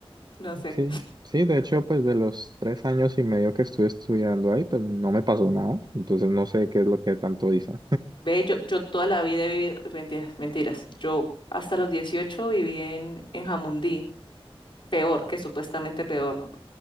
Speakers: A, on the left; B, on the right.
A: no sé.
B: Sí, sí, de hecho, pues de los tres años y medio que estuve estudiando ahí, pues no me pasó nada. Entonces, no sé qué es lo que tanto dicen.
A: Ve, yo, yo toda la vida he vivido, mentiras, mentiras. Yo hasta los 18 viví en, en Jamundí, peor, que supuestamente peor, ¿no?